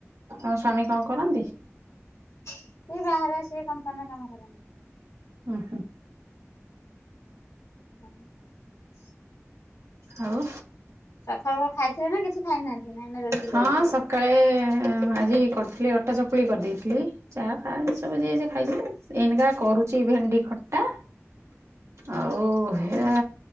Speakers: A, on the right; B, on the left.
A: ହ ସ୍ୱାମୀ କଣ କରନ୍ତି?
B: ସେ ବାହାରେ ସେ କମ୍ପାନୀରେ କାମ କନି
A: ଉହୁଁ।
B: <inaudible>
A: ଆଉ।
B: ସକାଳୁଳ ଖାଇଥିଲେ ନା କିଛି ଖାଇନାହାନ୍ତି? ନାଇଁ ନା ରୋଷେଇ
A: ହଁ
B: କରି ଖାଇବେ।
A: ସକାଳେ ଆଜି କରିଥିଲି ଅଟା ଚକୁଳି କରିଦେଇଥିଲି ଚା ଖାଇ ସବୁ ଯିଏ ଯିଏ ଖାଇଥିଲେ। ଏନକା କରୁଚି ଭେଣ୍ଡି ଖଟା ଆଉ ହେ ଆ।